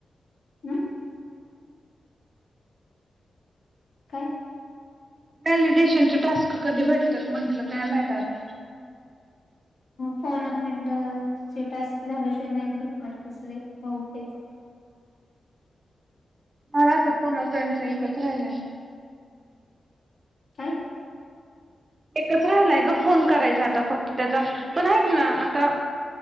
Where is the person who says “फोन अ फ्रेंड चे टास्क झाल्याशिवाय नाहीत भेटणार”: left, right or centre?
Left